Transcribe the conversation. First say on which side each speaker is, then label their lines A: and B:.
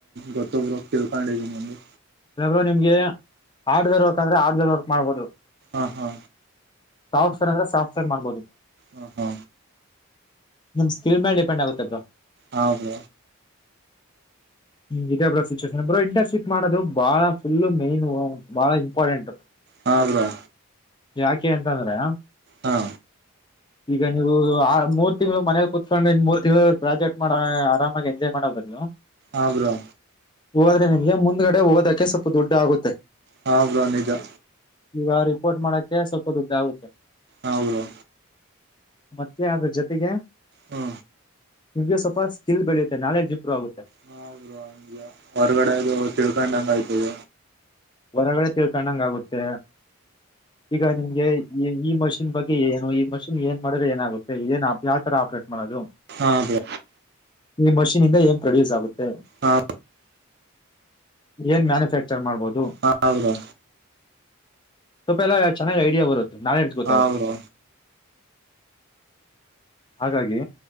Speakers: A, on the right (about 50°); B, on the left (about 20°).
A: ಗೊತ್ತಬರು ತಿಳ್ಕೊಂಡಿದೀ ನಗೆ
B: ಇರು ನಿಮ್ಗೆ ಹಾರ್ಡ್ ವೇರ್ ವರ್ಕ್ ಅಂದ್ರೆ ಹಾರ್ಡ್ ವೇರ್ ವರ್ಕ್ ಮಾಡ್ಬೋದು
A: ಹಾ ಹಾ
B: ಸಾಫ್ಟ್ವರ್ ಅಂದ್ರ ಸಾಫ್ಟವೇರ್ ಮಾಡಬೋದು
A: ಹಾ ಹಾ
B: ನಮ್ಕಲ್ ಪೆಂಡ ಆಗುತ್ತೆರೋ
A: ಹೌದ
B: ಹ್ಮ ಇದೇ ಬ್ರೋ ಸಿಚೇಷನ್ ಬೋ ಇಂಟರ್ಶಿಪ್ ಮಾಡೋದು ಬಹಳ ಫುಲ್ಲು ಮೈನ್ ಬಹಳ ಇಂಪಾರ್ಟೆಂಟ್
A: ಹವಾ
B: ಯಾಕೆ ಅಂತ ಅಂದ್ರೆ
A: ಹಾ
B: ಈಗ ನೀವು ಆ ಮೂರ್ ತಿಂಗಳು ಮನಲಿ ಕುತ್ಕೊಂಡು ಇ ಮೂರ್ ತಿಂಗಳು ಪ್ರಾಜೆಕ್ಟ್ ಮಾಡ ಆರಾಮಾಗಿ ಎಂಜಾಯ್ ಮಾಡಬದಲು
A: ಹಾಂ ಬ್ರೋ
B: ಹೋದ್ರೆ ನಿಮ್ಗೆ ಮುಂದ್ಗಡೆ ಓದಕ್ಕೆ ಸ್ವಲ್ಪ ದುಡ್ಡು ಆಗುತ್ತೆ
A: ಹಾ ಬ ನಿಜಾ
B: ಈವ ರಿಪೋರ್ಟ್ ಮಾಡಕ್ಕೆ ಒಪ್ಪದು ಆಗುತ್ತೆ
A: ಹೌದು
B: ಮತ್ತೆ ಅದ್ರ ಜೊತೆಗೆ
A: ಹ್ಮ
B: ನಿಮಗೆ ಸ್ಲ್ಪ ಸ್ಲ್ ಬೆಳೆಯುತ್ತೆ ನಾಲಜ್ ಇಂಪ್ರೂವ ಆಗುತ್ತೆ
A: ಹ ಹೌರು ಆಂಗ ಹೊರಗಡೆ ಅದು ತಿಳ್ಕೊಂಡಂಗ ಆಯ್ತದ
B: ಹೊರಗಡೆ ತಿಳ್ಕೊಂಡಂಗ ಆಗುತ್ತೆ ಈಗ ನಿಮ್ಗೆ ಈ ಈ ಮಷಿನ್ ಬಗ್ಗೆ ಏನು ಈ ಮಷಿನ್ ಏನ್ ಮಾಡಿದ್ರೆ ಏನಾಗುತ್ತೆ ಏನ್ ಯಾವ್ ತರ ಆಪ್ರೇಟ್ ಮಾಡೋದು
A: ಹಾ ಅ
B: ಈ ಮಷೀನ್ದ ಏನ್ ಪ್ರೊಡ್ಯೂಸ್ ಆಗುತ್ತೆ
A: ಹಾ
B: ಏನ್ ಮ್ಯಾನುಫ್ಯಾಕ್ಚರ್ ಮಾಡ್ಬೋದು
A: ಹಾ ಹೌದಾ
B: ತ ಪೆ ಚೆನ್ನಾಗಿ ಐಡಿಯಾ ಬರತ ನಾಲೆಜ್ ಗೊತ್ತ
A: ಹಾ ಬ್ರೋ
B: ಹಾಗಾಗಿ